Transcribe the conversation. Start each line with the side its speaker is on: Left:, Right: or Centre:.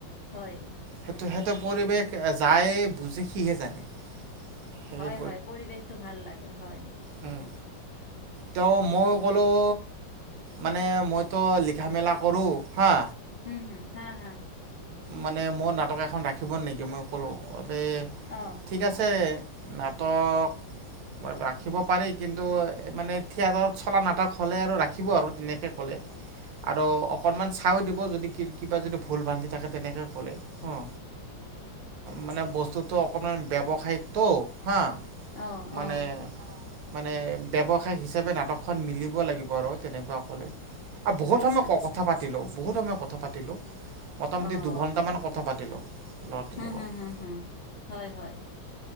Left: হয়।
Right: সেইটো, সেইটো পৰিৱেশ যায় বুজি সিহে জানে। সেই
Left: হয়, হয় পৰিৱেশটো ভাল লাগে হয়।
Right: উম। তেওঁ মই ক'লোঁ মানে মইতো লিখা মেলা কৰোঁ হা।
Left: হম, হুম হা, হা।
Right: মানে মোৰ নাটক এখন ৰাখিব নেকি মই ক'লোঁ যে
Left: অ'।
Right: ঠিক আছে নাটক, ৰাখিব পাৰি কিন্তু মানে থিয়েটাৰত চলা নাটক হ'লে আৰু ৰাখিব আৰু ধুনীয়া যে কলে আৰু অকমান চা দিব যদি কিবা যদি ভুল বান্ধি থাকে তেনেকে ক'লে অ'। মানে বস্তুটো অকণমান ববিবেচনাটো হা।
Left: অ',
Right: মানে,
Left: অ',
Right: মানে। ব্যৱসায় হিচাবে নাটকখন মিলিব লাগিব আৰু তেনেকুৱা ক'লে। আৰু বহুত
Left: আচ্ছা,
Right: সময়
Left: আচ্ছা।
Right: কথা পাতিলোঁ বহুত সময় কথা পাতিলোঁ। অটোমেটিক
Left: অ',
Right: দুই ঘণ্টামান কথা পাতিলোঁ ল'ৰাটোৰ
Left: হু,
Right: লগত।
Left: হু, হু, হু। হয়, হয়।